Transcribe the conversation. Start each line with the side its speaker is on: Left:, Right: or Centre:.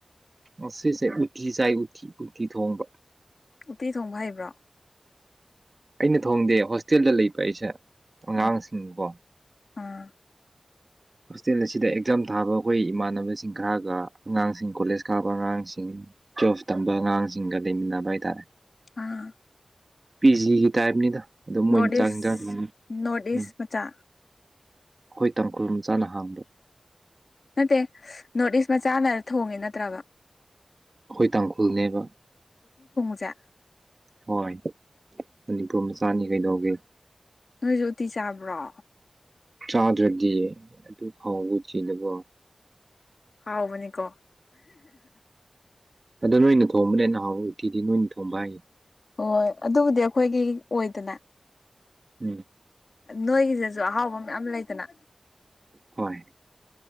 Right: ꯑꯁꯤꯁꯦ ꯎꯇꯤ ꯆꯥꯏ ꯎꯠꯇꯤ ꯎꯇꯤ ꯊꯣꯡꯕ
Left: ꯎꯇꯤ ꯊꯣꯡꯕ ꯍꯩꯕ꯭ꯔꯣ
Right: ꯑꯩꯅ ꯊꯣꯡꯗꯦ ꯍꯣꯁꯇꯦꯜꯗ ꯂꯩꯕ ꯑꯩꯁꯦ ꯑꯉꯥꯡꯁꯤꯡꯀꯣ
Left: ꯑ ꯑꯥ
Right: ꯍꯣꯁꯇꯦꯜ ꯑꯁꯤꯗ ꯑꯦꯛꯖꯥꯝ ꯊꯥꯕ ꯑꯩꯈꯣꯏ ꯏꯃꯥꯟꯅꯕꯁꯤꯡ ꯈꯔꯒ ꯑꯉꯥꯡꯁꯤꯡ ꯀꯣꯂꯦꯖ ꯀꯥꯕ ꯑꯉꯥꯡꯁꯤꯡ ꯆꯣꯞ ꯇꯝꯕ ꯑꯉꯥꯡꯁꯤꯡꯒ ꯂꯩꯃꯤꯟꯅꯕ ꯍꯥꯏꯇꯥꯔꯦ
Left: ꯑꯥ
Right: ꯄꯤꯖꯤꯒꯤ ꯇꯥꯏꯞꯅꯤꯗ ꯑꯗꯨꯝ ꯃꯣꯏꯅ
Left: ꯅꯣꯔꯠ
Right: ꯆꯥꯡ
Left: ꯏꯁ
Right: ꯌꯦꯟꯖꯥꯡ
Left: ꯅꯣꯔꯠ ꯏꯁ
Right: ꯎꯝ
Left: ꯃꯆꯥ
Right: ꯑꯩꯈꯣꯏ ꯇꯥꯡꯈꯨꯜ ꯆꯥꯅ ꯍꯥꯡꯕ
Left: ꯅꯠꯇꯦ ꯅꯣꯔꯠ ꯏꯁ ꯃꯆꯥꯅ ꯊꯣꯡꯉꯦ ꯅꯠꯇ꯭ꯔꯕ
Right: ꯑꯩꯈꯣꯏ ꯇꯥꯡꯈꯨꯜꯅꯦꯕ
Left: ꯆꯥꯛ
Right: ꯍꯣꯏ ꯃꯅꯤꯄꯨꯔ ꯃꯆꯥꯅꯤ ꯀꯩꯗꯧꯒꯦ
Left: ꯅꯣꯏꯁꯨ ꯎꯇꯤ ꯆꯥꯕ꯭ꯔꯣ
Right: ꯆꯥꯗ꯭ꯔꯗꯤ ꯑꯗꯨ ꯍꯥꯎꯕ ꯆꯦꯜꯂꯀꯣ
Left: ꯍꯥꯎꯕꯅꯤꯀꯣ
Right: ꯑꯣ ꯅꯣꯏꯅ ꯊꯣꯡꯕꯅꯦ ꯑ ꯅꯍꯥꯎꯕ ꯎꯇꯤꯗꯤ ꯅꯣꯏꯅ ꯊꯣꯡꯕ ꯍꯥꯏꯌꯦ
Left: ꯍꯣꯏ ꯑꯗꯨꯕꯨꯗꯤ ꯑꯩꯈꯣꯏꯒꯤ ꯑꯣꯏꯗꯅ
Right: ꯎꯝ
Left: ꯅꯣꯏꯒꯤꯁꯤꯁꯨ ꯑꯍꯥꯎꯕ ꯃꯌꯥꯝ ꯂꯩꯗꯅ
Right: ꯍꯣꯏ